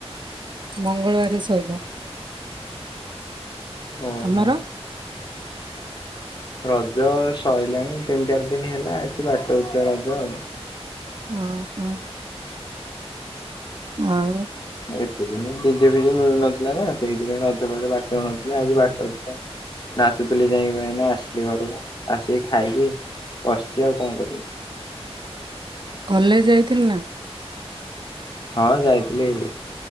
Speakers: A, on the right; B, on the left.
A: ମଙ୍ଗଳବାର ଶଇଲା
B: ଓ
A: ତମର
B: ହୋ। ରଜ ସରିଲାଣି ତିନି ଚାରି ଦିନ ହେଲା ଏଠ ବାଟ ହଉଥିଲା ରଜ ଆଉ।
A: ହଁ ହଁ। ଆଉ।
B: ଏତେ ଦିନ ଡିଜେ ଫିଜେ ମିଳୁନଥିଲା ନା ସେଇଥିପାଇଁ ରଧ ଫଧେ ବାଟ ହ ନଥିଲେ ଆଜି ବାଟଥିଲେ ନାଚୁଥିଲି ଯାଇକ ପାଇଁ ନା ଆସିଲି ଘରକୁ ଆସିକି ଖାଇକି ବସିଛି ଆଉ କଣ କରିବି <inaudible>
A: କଲେଜ ଯାଇ। ଥିଲ ନା <inaudible>
B: ହଁ ଯାଇଥିଲି।